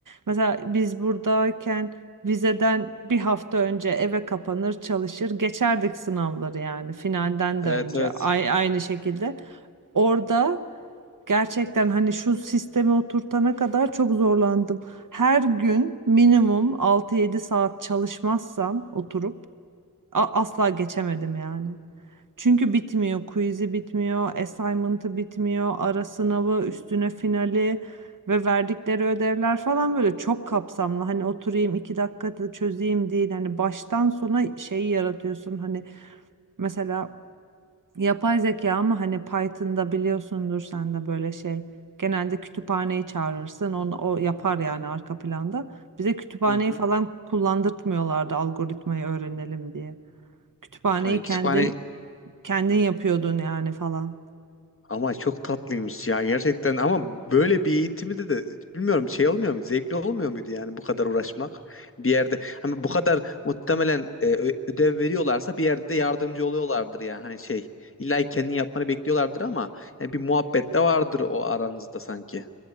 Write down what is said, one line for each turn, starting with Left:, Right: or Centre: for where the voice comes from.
Right: Mesela biz buradayken vizeden bir hafta önce eve kapanır çalışır geçerdik sınavları yani finalden
Left: Evet
Right: de önce
Left: evet.
Right: ay aynı şekilde. Orada Gerçekten hani şu sisteme oturtana kadar çok zorlandım. Her gün minimum altı yedi saat çalışmazsam oturup a- asla geçemedim yani. Çünkü bitmiyor. Quiz'i bitmiyor, assignment'ı bitmiyor, ara sınavı, üstüne finali ve verdikleri ödevler falan böyle çok kapsamlı. Hani oturayım iki dakikada çözeyim değil. Hani baştan sona şeyi yaratıyorsun. Hani mesela yapay zeka ama hani Python'da biliyorsundur sen de böyle şey. Genelde kütüphaneyi çağırırsın. Onu, o yapar yani arka planda. Bize kütüphaneyi
Left: Hı hı.
Right: falan kullandırtmıyorlardı algoritmayı öğrenelim diye. Kütüphaneyi
Left: Yani
Right: kendin
Left: kütüphane
Right: Kendin yapıyordun yani falan.
Left: Ama çok tatlıymış ya gerçekten ama böyle bir eğitimi de de bilmiyorum şey olmuyor muydu zevkli olmuyor muydu yani bu kadar uğraşmak bir yerde hani bu kadar muhtemelen e, ö- ödev veriyorlarsa bir yerde de yardımcı oluyorlardır yani hani şey illa ki kendin yapmanı bekliyorlardır ama yani bir muhabbet de vardır o aranızda sanki.